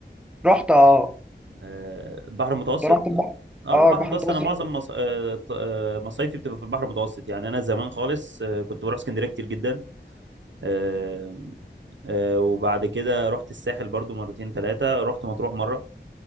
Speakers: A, in the centre; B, on the right (about 80°).
A: رحت اه
B: آه، البحر المتوسط
A: انت رحت البحر
B: اه
A: اه
B: البحر
A: البحر
B: المتوسط
A: المتوسط
B: انا معظم مص... آه، ط- آه، مصايفي بتبقى في البحر المتوسط يعني انا زمان خالص آه، كنت بروح اسكندريه كتير جدا آه، آه، وبعد كده رحت الساحل برضو مرتين ثلاثه رحت مطروح مره